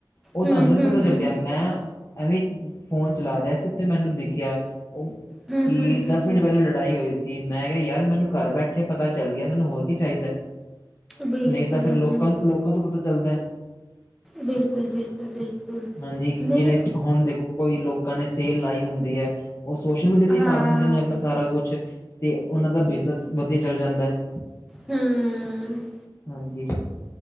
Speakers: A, on the left; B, in the centre.
A: ਉਹ
B: ਹੂੰ,
A: ਸਾਨੂੰ ਨੀ
B: ਹੂੰ।
A: ਪਤਾ ਚੱਲਿਆ ਮੈਂ ਐਵੇਂ ਫੋਨ ਚਲਾ ਰਿਹਾ ਸੀ ਤੇ ਮੈਨੂੰ ਦਿਖਿਆ,
B: ਹੂੰ,
A: ਕਿ
B: ਹੂੰ, ਹੂੰ,
A: ਦਸ ਮਿੰਟ
B: ਹੂੰ
A: ਪਹਿਲ ਲ ਲੜਾਈ ਹੋਈ ਸੀ ਮੈਂ ਕਿਹਾ ਯਾਰ ਮੈਨੂੰ ਘਰ ਬੈਠੇ ਪਤਾ ਚੱਲ ਗਿਆ ਮੈਨੂੰ ਹੋਰ ਕੀ ਚਾਹੀਦਾ।
B: ਬਿਲਕੁਲ,
A: ਨਹੀ ਤਾਂ ਫਿਰ ਲੋਕਾਂ ਨੂੰ ਲੋਕਾਂ ਤੋਂ ਪਤਾ ਚੱਲਦਾ ਹੈ।
B: ਬਿਲਕੁਲ, ਬਿਲਕੁਲ, ਬਿਲਕੁਲ,
A: ਹਾਂਜੀ
B: ਨਹੀਂ,
A: ਜਿਵੇਂ ਹੁਣ ਦੇਖੋ ਕੋਈ ਲੋਕਾਂ ਨੇ ਸੇਲ ਲਾਈ ਹੁੰਦੀ ਹੈ ਉਹ ਸੋਸ਼ਲ ਮੀਡੀਆ ਤੇ ਹੀ
B: ਹਾਂ,
A: ਪਾ ਦਿੰਦੇ ਨੇ ਆਪਣਾ ਸਾਰਾ ਕੁਛ, ਤੇ ਉਹਨਾਂ ਦਾ ਬਿਜ਼ਨਸ ਵਧੀਆ ਚੱਲ ਜਾਂਦਾ ਹੈ,
B: ਹੂੰ,
A: ਹਾਂਜੀ।